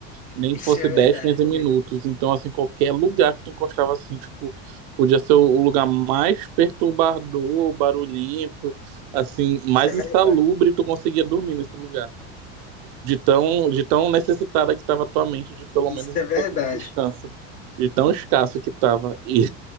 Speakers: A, on the right; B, on the left.
A: nem
B: Isso
A: que fosse
B: é
A: 10,
B: verdade,
A: 15
B: não
A: minutos.
B: lembro.
A: Então, assim, qualquer lugar que tu encostava, assim, tipo, podia ser o o lugar mais perturbador, barulhento, assim, mais
B: Isso é verdade.
A: insalubre, tu conseguia dormir nesse lugar. De tão, de tão necessitada que estava a tua mente de pelo
B: Isso
A: menos um
B: é verdade.
A: pouco de descanso. De tão escasso que estava E,